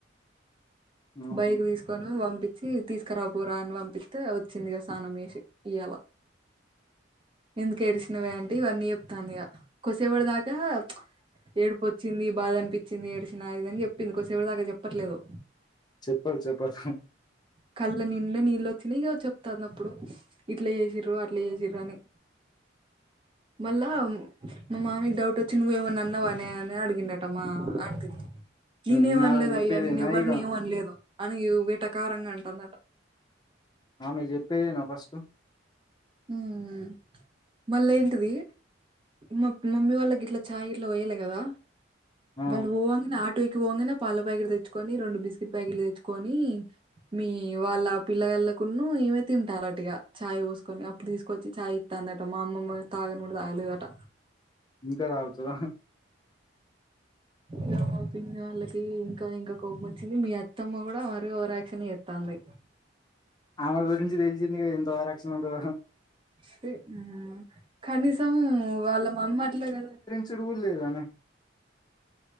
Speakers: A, on the left; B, on the right.
A: ఆహా
B: బైక్ తీస్ కొని పంపించి తీసుకురాపోరా అని పంపిస్తే వచ్చిందిగా స్నానం చేసి ఇయ్యలా ఎందుకు ఏడిసినవే అంటే ఇవన్నీ చెప్తాంది ఇగ కొద్ధిసేపటి దాకా ఏడిపో చ్చింది బాధ అనిపించింది ఏడిచినా అది ఇదని చెప్పింది కొద్దిసేపటి దాకా చెప్పట్లేదు
A: చెప్పద్ చెప్పద్
B: కళ్ళ నిండా నీళ్ళొచ్చినయ్ ఇగ చెప్తాంది అప్పుడు ఇట్లా చేసిర్రు ట్ల చేసిర్రని మళ్ళా మా మామయ్యకి డౌట్ వచ్చి నువ్వు ఏమన్నా అన్నవానే అని అడిగిండట మా ఆంటిని నేనేం
A: హ్మ్
B: అనలేదయ్యా
A: ఆమె చెప్పేదేనా
B: నేను ఎవ్వరిని
A: ఇగ
B: ఏం అనలేదు అని వేటాకారంగా అంటందట
A: ఆమె చెప్పేదే నా ఫస్ట్
B: మ్ మళ్ళ ఏంటిది మా మమ్మీ వాళ్ళకి గిట్లా చాయ్ గిట్లా పోయ్యాలి కదా
A: ఆ
B: వాళ్ళు పోంగనే ఆటో ఎక్కి పోంగనే పాల ప్యాకిట్లు తెచ్చుకొని రెండు బిస్కెట్ ప్యాకిీట్లు తెచ్చుకొని మీ వాళ్ళ పిల్లగళ్ళకున్ను ఇమే తింటాలటిగా చయిపోసుకొని తీసుకొచ్చి చాయ్ ఇతందట మా అమ్మమ్మ తాగను కూడా తాగలేదట
A: ఇంకా తాగుతద
B: ఇగ మా పిన్ని వాళ్ళకి ఇంకా ఇంకా కోపం వచ్చింది మీ అత్తమ్మ కూడా మరి రాక్షన్ చేస్తాంది
A: ఆమె గురించి తెలిసింది గ ఎంత ఓవరాక్షన్ ఉంటదో
B: చి మ్ కనీసం వాళ్ళ మమ్మట్లే కదా
A: చ్చు కూడా లేదానే